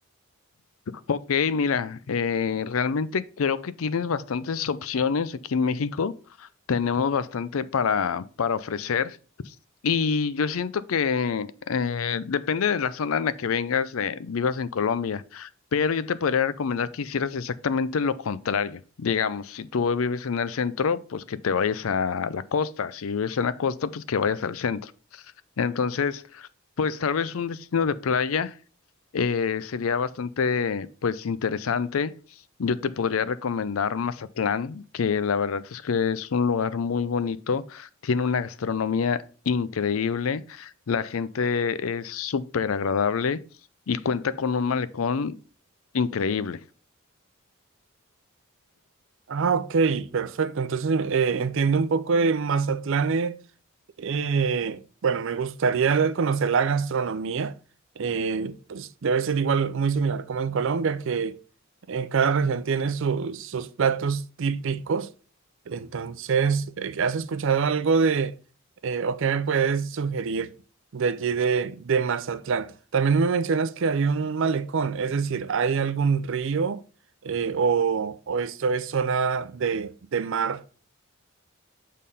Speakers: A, on the left (about 75°); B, on the right (about 65°).
A: Ok, mira, eh, realmente creo que tienes bastantes opciones aquí en México. Tenemos bastante para, para ofrecer. Y yo siento que eh, depende de la zona en la que vengas, eh, vivas en Colombia, pero yo te podría recomendar que hicieras exactamente lo contrario. Digamos, si tú vives en el centro, pues que te vayas a la costa. Si vives en la costa, pues que vayas al centro. Entonces, pues tal vez un destino de playa. eh, sería bastante, pues, interesante. Yo te podría recomendar Mazatlán, que la verdad es que es un lugar muy bonito, tiene una gastronomía increíble, la gente es súper agradable y cuenta con un malecón increíble.
B: Ah, ok, perfecto. Entonces eh, entiendo un poco de Mazatlán. eh, eh, bueno, me gustaría conocer la gastronomía. Eh, pues debe ser igual, muy similar como en Colombia, que en cada región tiene su- sus platos típicos. Entonces, eh, ¿has escuchado algo de, eh, o qué me puedes sugerir de allí de, de Mazatlán? También me mencionas que hay un malecón, es decir, ¿hay algún río eh, o, o esto es zona de, de mar?